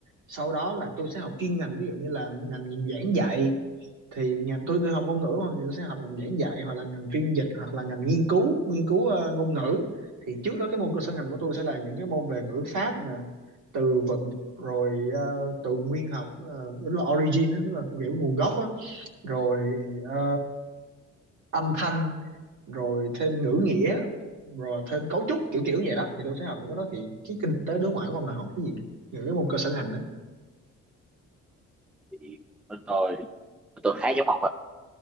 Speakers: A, on the right (about 70°); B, in the centre.
A: sau đó là tôi sẽ học chuyên ngành ví dụ như là ngành giảng dạy thì ngành tôi tôi học ngôn ngữ mà thì tôi sẽ học ngành giảng dạy hoặc là ngành phiên dịch hoặc là ngành nghiên cứu nghiên cứu ờ, ngôn ngữ thì trước đó cái môn cơ sở ngành của tôi sẽ là những cái môn về ngữ pháp nè từ vựng rồi ờ, từ nguyên học ờ, tức là origin đó, tức là kiểu nguồn gốc á rồi ờ, âm thanh rồi thêm ngữ nghĩa rồi thêm cấu trúc kiểu kiểu vậy đó thì tôi sẽ học những cái đó thì cái kinh tế đối ngoại của ông là học cái gì những cái môn cơ sở ngành đó
B: Thì bên tôi tôi khá giống ông